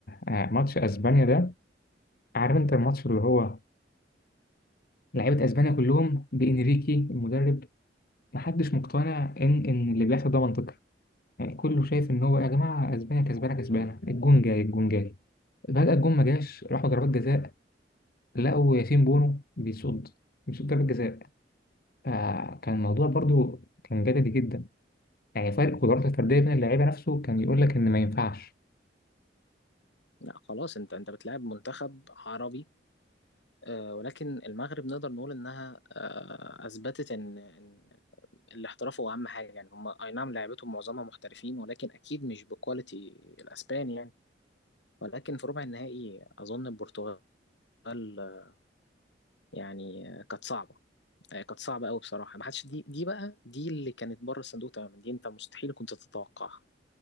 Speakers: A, on the left; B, on the left.
A: آه، ماتش أسبانيا ده عارف أنت الماتش اللي هو لعيبة أسبانيا كلهم بإنريكي المدرب محدش مقتنع إن إن اللي بيحصل ده منطقي يعني كله شايف إن هو يا جماعة أسبانيا كسبانة كسبانة الجون جاي الجون جاي فجأة الجون ما جاش راحوا ضربات جزاء لقوا ياسين بونو بيصد بيصد ضربة جزاء فكان الموضوع برضو كان جدلي جدا يعني فرق قدرات الفردية بين اللعيبة نفسه كان يقول لك إن ما ينفعش
B: لا خلاص انت انت بتلعب منتخب عربي آه، ولكن المغرب نقدر نقول انها آه، اثبتت ان ان الاحتراف هو اهم حاجه يعني هم اي نعم لعبتهم معظمها محترفين ولكن اكيد مش بكواليتي الاسبان يعني ولكن في ربع النهائي اظن البرتغال آه، يعني آه، كانت صعبه آه، كانت صعبه قوي بصراحه ما حدش دي دي بقى دي اللي كانت بره الصندوق تماما دي انت مستحيل كنت تتوقعها